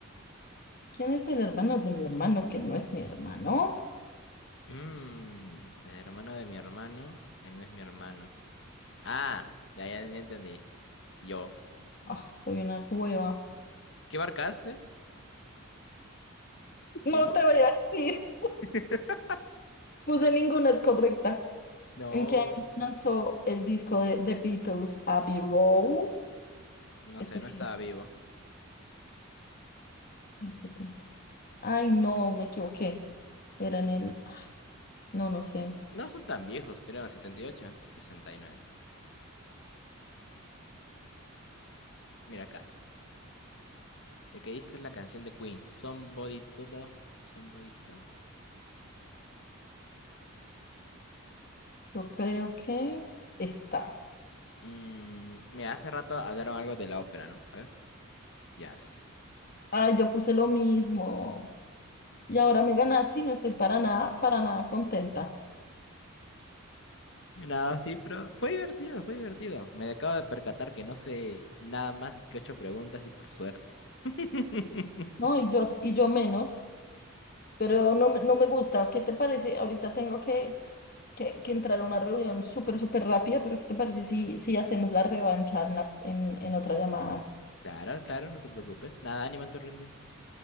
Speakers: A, on the left; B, on the left.
A: ¿Quién es el hermano de mi hermano que no es mi hermano?
B: Mm, el hermano de mi hermano, que no es mi hermano. Ah, ya, ya, ya entendí. Yo.
A: Ah, soy una hueva.
B: ¿Qué marcaste?
A: No
B: ¿Primo?
A: te voy a decir.
B: <laughs>
A: Puse ninguna es correcta.
B: No.
A: ¿En qué años lanzó el disco de The Beatles Abbey Road?
B: No
A: Este
B: sé, no
A: sí
B: estaba
A: lo sé.
B: vivo.
A: El 70. Ay, no, me equivoqué. Era
B: N-
A: en el. No, no sé.
B: No son tan viejos, creo, el 78, 69. Mira, casi. ¿De qué disco es la canción de Queen? Somebody to Love. Somebody to Love.
A: Yo creo que está.
B: Mm, mira, hace rato hablaron algo de la ópera, ¿no? A ver, ya. les-
A: Ay, yo puse lo mismo. Y ahora me ganaste y no estoy para nada, para nada contenta,
B: Nada, sí, pero fue divertido, fue divertido. Me acabo de percatar que no sé nada más que ocho preguntas y por suerte. <laughs>
A: ¿no? Y yo, s- y yo menos, pero no, me- no me gusta. ¿Qué te parece? Ahorita tengo que, que, que entrar a una reunión súper, súper rápida, pero ¿qué te parece si, si hacemos la revancha en, la- en, en otra llamada?
B: Claro, claro, no te preocupes. Nada, ánimo en tu reunión.